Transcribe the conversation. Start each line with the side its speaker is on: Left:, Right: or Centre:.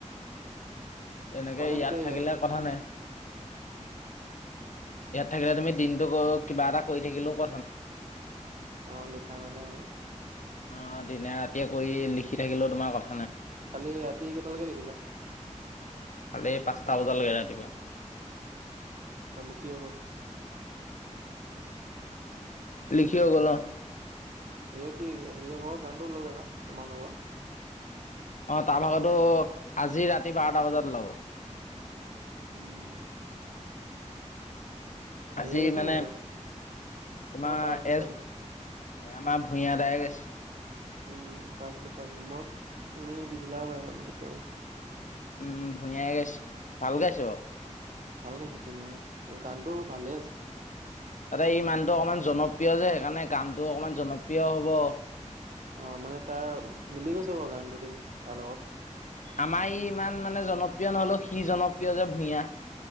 Left: এনেকে
Right: ঘৰলে
Left: ইয়াত
Right: কেতিয়া আহিবা
Left: থাকিলে
Right: তুমি
Left: কথা নাই ইয়াত থাকিলে তুমি দিনটো ক কিবা এটা কৰি থাকিলোও ক
Right: অ, লিখা মেলাই হ'ব।
Left: অ, দিনে ৰাতিয়ে কৰি লিখি থাকিলেও তোমাৰ কথ
Right: কালি ৰাতি কেইটালৈকে লিখিলা?
Left: কালি পাঁচটা বজালৈকে ৰাতিপুৱা।
Right: লিখি হৈ গ'ল?
Left: লিখি হৈ গ'ল
Right: সেয়
Left: অ',
Right: কি সেৰিয়ৰ ভাগৰ গানটো ওললে ন' তোমাৰ লগৰ?
Left: অ, তাৰ ভাগতো আজি ৰাতি বাৰটা বজাত ওলাব।
Right: উম, হেৰিয়ে
Left: আজি
Right: গাইছে
Left: মানে
Right: নি এইটো
Left: তোমাৰ
Right: অ মই পাইছিলো
Left: এছ
Right: পাইছিলো
Left: আমাৰ ভূঞা দায় গাইছে।
Right: উম, পাইছিলোঁ- পাইচিকো মই তুমি দিছিলা এবাৰ- এবাৰ মই তেতিয়া পাইছিলোঁ।
Left: উম, ভূঞাই গাইছে ভাল গাইছে বাৰু।
Right: ভাল <unintelligible> ধুনীয়া আছে গানটো ভালে আছে।
Left: তাতে ই মানুহটো অকমান জনপ্ৰিয় যে সেইকাৰণে গানটো অকমান জনপ্ৰিয় হ'ব।
Right: অ, মানে তাৰ মিলি গৈছে বাৰু গানটো দেই তাৰ লগত।
Left: আমাৰ ই ইমান মানে জনপ্ৰিয় নহলেও সি জনপ্ৰিয় যে ভূঞা।